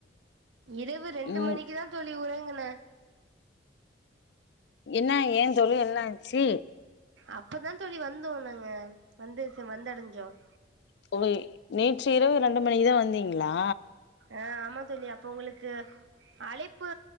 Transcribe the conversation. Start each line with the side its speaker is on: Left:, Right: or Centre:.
Right: இரவு ரெண்டு
Left: ம்
Right: மணிக்கு தா தோழி உறங்குனே
Left: என்ன ஏ தோழி என்னாச்சு
Right: அப்பதா தோழி வந்தோம் நாங்க வந்து வந்தடைஞ்சோம்
Left: தோழி நேற்று இரவு ரெண்டு மணிக்கு தான் வந்தீங்களா
Right: அ ஆமா தோழி அப்போ உங்களுக்கு அழைப்பு